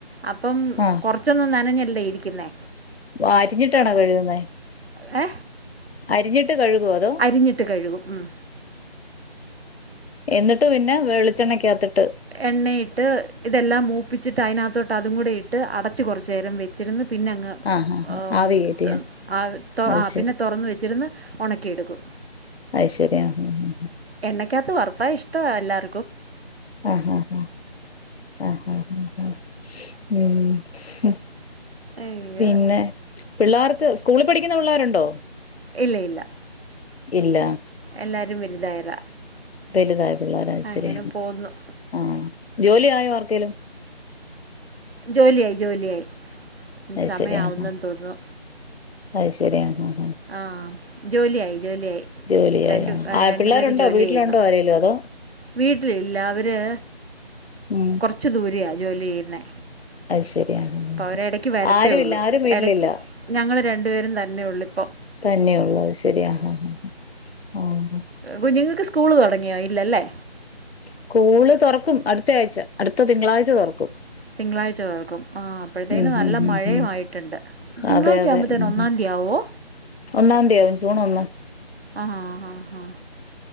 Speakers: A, on the right (about 75°); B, on the left (about 75°).
A: അപ്പം
B: ആഹ്
A: കൊറച്ചൊന്നും നന അല്ലേ ഇരിക്കുന്നേ?
B: അരിഞ്ഞിട്ടാണോ കഴുകുന്നേ?
A: ഏ?
B: അരിഞ്ഞി തണ്ട് കഴുകുവോ അതോ?
A: അരിഞ്ഞിട്ട് കഴുകും ഉം.
B: എന്നിട്ട് പിന്നെ വെളിച്ചെണ്ണക്കകത്തി
A: എണ്ണയിട്ട് ഇതെല്ലാം മൂപ്പിച്ചിട്ട് അതിനകത്തോട്ട് അതും കൂടി ഇട്ട് അടച്ച് കുറച്ചു നേരം വെച്ചിരുന്ന് പിന്നെ അങ്ങ്
B: ആഹ് ആഹ് ആഹ് ആവി
A: ങ്ഹ്
B: കേറ്റിയ
A: തൊ
B: അത്
A: ആഹ്
B: ശരി
A: പിന്നെ തൊറന്ന് വെച്ചിരുന്ന് ഒണക്കി എടുക്കും.
B: അത് ശരി ങാ ങാ ങാ
A: എണ്ണയ്ക്കകത്ത് വറുത്താ ഇഷ്ടവാ എല്ലാർ
B: ആഹ് ഹ ഹ ആഹ് ഹ ഹ ഹ ഉം. ഹും.
A: അയ്യോ
B: പിന്നെ പിള്ളാര്ക്ക് സ്കൂളിൽ പഠിക്കുന്ന പിള്ളേരുണ്ടോ?
A: ഇല്ല ഇല്ല.
B: ഇല്ല.
A: എല്ലാവരും വലുതായതാ
B: വലുതായ പിള്ളേര അത്
A: അങ്ങനെ
B: ശരി
A: പോന്നു
B: ആഹ് ജോലിയായോ? ലും.
A: ജോലിയായി ജോലിയായി.
B: അത്
A: സമയം
B: ശരി ആഹ്
A: ആവുമെന്ന് തോന്നുന്നു.
B: അത് ശരി ങാ ങാ
A: ആഹ് ജോലിയായി ജോലിയായി
B: ജോലിയായി
A: രണ്ട്
B: ആഹ്
A: രണ്ടുപേര്
B: പിള്ളേരുണ്ടോ
A: ജോലി
B: വീട്ടിലുണ്ടോ
A: ചെയ്യുന്നു,
B: ആരേലും അതോ
A: വീട്ടിലില്ല അവര്
B: ഉം
A: കുറച്ച് ദൂരെയാ. ജോലി ചെയ്യുന്നേ.
B: അത് ശരി. ആഹ്
A: അപ്പ അവര് ഇടയ്ക്ക് വരത്തേ
B: ആരും
A: ഉള്ളൂ
B: ഇല്ല ആരും വീട്ടിലില്ല
A: എട ഞങ്ങള് രണ്ടുപേരും തന്നെ ഒള്ളൂ ഇപ്പേ
B: തന്നെയള്ളൂ അത് ശരിയാ ആഹ് ആഹ്.
A: കുഞ്ഞുങ്ങൾക്ക് സ്കൂൾ തുടങ്ങിയോ ഇല്ലല്ലേ
B: സ്കൂള് തുറക്കും അടുത്ത ആഴ്ച അടുത്ത തിങ്കളാഴ്ച തുറക്കും
A: തിങ്കളാഴ്ച തോർക്കും ആ അപ്പോഴത്തേും
B: ഉം
A: നല്ല
B: ഉം
A: മഴയും
B: ഉം ഉം
A: ആയിട്ട്ണ്ട് തിങ്കളാഴ്ച
B: അതെ അതെ
A: ആവുമ്പോത്തേന്
B: ഉം
A: ഒന്നാം തീയതിയാ ആവോ
B: ഒന്നാം തീയതിയവും ജൂൺ ഒന്ന
A: ആഹാ ആ ഹാ